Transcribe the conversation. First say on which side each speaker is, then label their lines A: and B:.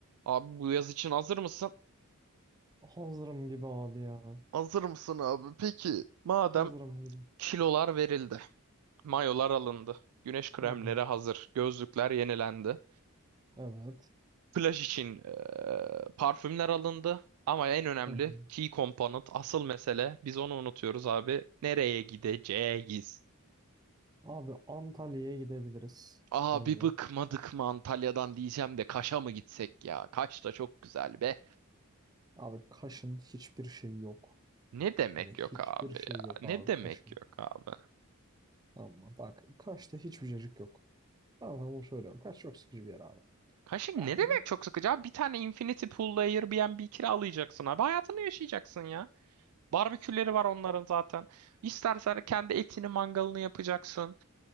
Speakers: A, on the right; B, on the right.
A: Abi bu yaz için hazır mısın?
B: Hazırım gibi abi ya.
A: Hazır mısın abi? Peki. Madem
B: Hazırım gibi.
A: kilolar verildi, mayolar alındı, güneş kremleri
B: Hı hı.
A: hazır, gözlükler yenilendi,
B: Evet.
A: plaj için eee, parfümler alındı. Ama en önemli
B: Hı hı.
A: key component, asıl mesele biz onu unutuyoruz abi. Nereye gideceğiz?
B: Abi Antalya'ya gidebiliriz
A: Abi
B: bence.
A: bıkmadık mı Antalya'dan diyeceğim de Kaş'a mı gitsek ya? Kaş da çok güzel be.
B: Abi Kaş'ın hiçbir şeyi yok.
A: Ne demek
B: Hani hiçbir
A: yok abi
B: şey
A: ya?
B: yok abi
A: Ne demek
B: Kaş'ın.
A: yok abi?
B: Ama bak Kaş'ta hiçbir cacık yok. Tamam, Ben sana bunu söylüyorum. Kaş çok sıkıcı bir yer abi.
A: Kaşık ne
B: Ben
A: demek çok sıkıcı abi? Bir tane Infinity Pool'la Airbnb kiralayacaksın abi. Hayatını yaşayacaksın ya. Barbeküleri var onların zaten. İstersen kendi etini mangalını yapacaksın.